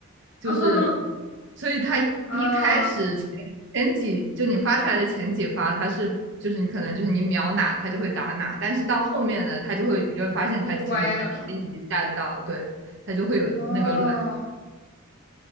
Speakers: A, on the right; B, on the left.
A: 就是
B: <laughs>
A: 所以它一开始前前几就你发出来的前几发，
B: 啊
A: 它是就是你可能就是你瞄哪它就会打哪，但是到后面呢，它就会你就会发现它其实在偏移弹道，
B: 就是歪了吗？
A: 对，它就会有那个乱。
B: 哦，